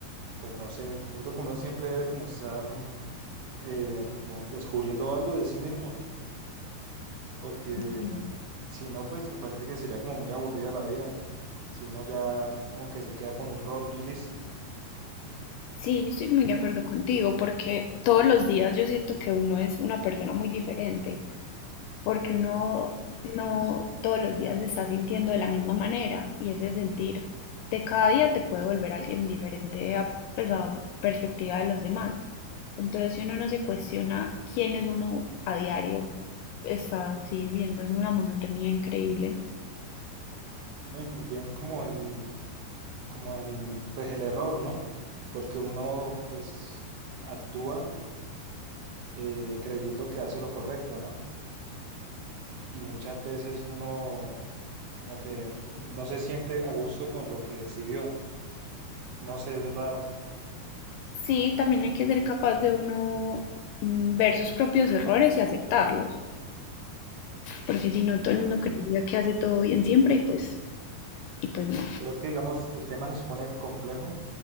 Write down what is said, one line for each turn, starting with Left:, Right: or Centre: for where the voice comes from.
Right: pues no sé, siento que uno siempre debe como estar eh, como descubriendo algo de sí mismo, porque
Left: Sí,
Right: si no, pues me parece que sería como muy aburrida la vida, si uno ya como que se queda con un rol y listo.
Left: Sí, yo estoy muy de acuerdo contigo, porque todos los días yo siento que uno es una persona muy diferente. porque uno
Right: Y,
Left: no todos los días se está sintiendo de la misma manera y ese sentir de cada día te puede volver alguien diferente a, pues, a perspectiva de los demás. Entonces, si uno no se cuestiona quién es uno a diario, está así viviendo en una monotonía increíble.
Right: no, y también como en, como en, pues el error, ¿no? Porque uno pues actúa eh, creyendo que hace lo correcto, ¿no? y muchas veces uno como que no se siente a gusto con lo que decidió. No sé, es raro.
Left: Sí, también hay que ser capaz de uno mm, ver sus propios errores y aceptarlos, porque si no
Right: Claro.
Left: todo el mundo creería que hace todo bien siempre y pues y pues no.
Right: Pero es que, digamos, el tema se supone complejo